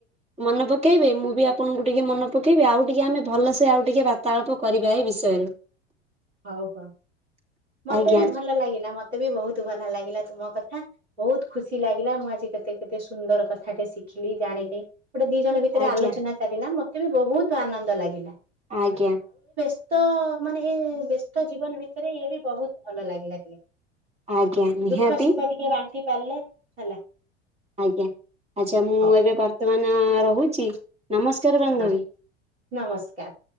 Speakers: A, on the right (about 20°); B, on the right (about 75°).
A: ମନ ପକେଇବେ ମୁଁ ବି ଆପଣଙ୍କୁ ଟିକେ ମନେ ପକେଇବି ଆଉ ଟିକେ ଆମେ ଭଲସେ ଆ ଟିକେ ବାର୍ତାଳାପ କରିବା ଏ ବିଷୟରେ।
B: ହଉ ହଉ ମତେ
A: ଆଜ୍ଞା
B: ବି ଭଲ ଲାଗେ। ମତେ ବି ବହୁତ ଭଲ ଲାଗିଲା ତୁମ କଥା ବହୁତ ଖୁସି ଲାଗିଲା ମୁଁ ଆଜି କେତେ କେତେ ସୁନ୍ଦର କଥା ଟେ ଶିଖିଲି ଜାଣିଲି ଗୋଟେ ଦି ଜଣ ଭିତରେ
A: ଆଜ୍ଞା
B: ଆଲୋଚନା ଚାଲିଲା ମତେ ବି ବହୁତ ଆନନ୍ଦ ଲାଗିଲା।
A: ଆଜ୍ଞା।
B: ତ ମାନେ ଏ ବ୍ୟସ୍ତ ଜୀବନ ଭିତରେ ଇଏ ବି ବହୁତ ଭଲ ଲାଗିଲା ଟିକେ।
A: ଆଜ୍ଞା ନିହାତି
B: ଦୁଃଖ ସୁଖ ଟିକେ ବାଣ୍ଟି ପାରିଲେ ହେଲା।
A: ଆଜ୍ଞା ଆଛା ମୁଁ
B: ହଉ
A: ଏବେ ବର୍ତ୍ତମାନ ରହୁଛି। ନମସ୍କାର ବାନ୍ଧବୀ।
B: ହଁ ନମସ୍କାର।